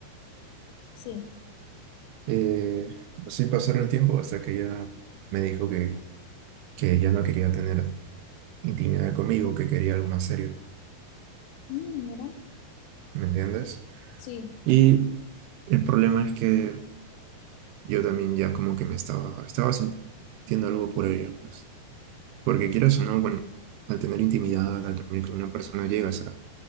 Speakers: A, on the left; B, on the right.
A: Sí.
B: Eh, así pasaron el tiempo hasta que ella me dijo que, que ella no quería tener intimidad conmigo, que quería algo más serio.
A: Mm, mira.
B: ¿Me entiendes?
A: Sí.
B: Y el problema es que yo también ya como que me estaba, estaba sintiendo algo por ella, pues. Porque quieras o no, bueno, al tener intimidad, al dormir con una persona, llegas a,